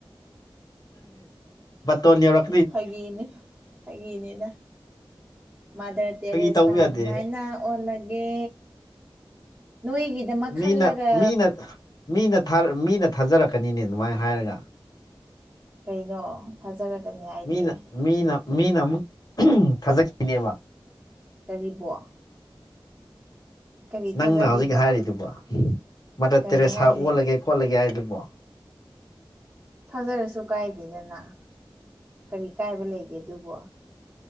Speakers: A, on the left; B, on the right.
A: ꯕꯔꯇꯣꯟ ꯌꯥꯎꯔꯛ
B: ꯐꯒꯤꯅꯤ ꯐꯒꯤꯅꯤꯗ ꯃꯥꯗꯔ ꯇꯦꯔꯦꯁꯥ
A: ꯐꯥꯒꯤ ꯇꯧꯕ ꯌꯥꯗꯦ
B: ꯑꯗꯨꯃꯥꯏꯅ ꯑꯣꯜꯂꯒꯦ ꯅꯣꯏꯒꯤ ꯗꯃꯛ
A: ꯃꯤꯅ
B: ꯈꯜꯂꯒ
A: ꯃꯤꯅ ꯃꯤꯅ ꯃꯤꯅ ꯊꯥꯖꯔꯛꯀꯅꯤꯅꯦ ꯑꯗꯨꯃꯥꯏꯅ ꯍꯥꯏꯔꯒ
B: ꯀꯩꯅꯣ ꯊꯥꯖꯔꯛꯒꯅꯤ ꯍꯥꯏꯗꯤ
A: ꯃꯤꯅ ꯃꯤꯅ ꯃꯤꯅ ꯑꯃꯨꯛ ꯊꯥꯖꯈꯤꯅꯤꯕ
B: ꯀꯔꯤꯕꯣ ꯀꯔꯤ
A: ꯅꯪꯅ
B: ꯊꯥꯖꯗꯣꯏꯕ
A: ꯍꯧꯖꯤꯛ ꯍꯥꯏꯔꯤꯗꯨꯕ ꯃꯗꯔ
B: ꯀꯔꯤ
A: ꯇꯦꯔꯦꯁꯥ
B: ꯍꯥꯏꯗꯤ
A: ꯑꯣꯜꯂꯒꯦ ꯈꯣꯠꯂꯒꯦ ꯍꯥꯏꯗꯨꯕꯣ
B: ꯊꯥꯖꯔꯁꯨ ꯀꯥꯏꯗꯦꯗꯅ ꯀꯔꯤ ꯀꯥꯏꯕ ꯂꯩꯒꯦ ꯑꯗꯨꯕꯣ